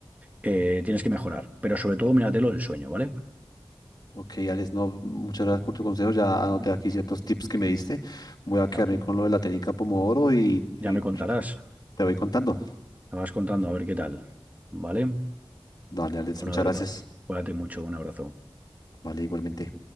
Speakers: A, on the right; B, on the left.
A: eh, tienes que mejorar. Pero sobre todo, míratelo del sueño, ¿vale?
B: Ok, Alex, no, muchas gracias por tu consejo. Ya anoté
A: Bueno,
B: aquí ciertos tips que me diste. Voy a quedarme
A: ya,
B: con lo de la técnica Pomodoro y, y
A: ya me contarás.
B: te voy contando.
A: Me vas contando a ver qué tal. ¿Vale?
B: Dale, Alex,
A: Bueno,
B: muchas
A: Eduardo,
B: gracias.
A: cuídate mucho. Un abrazo.
B: Vale, igualmente.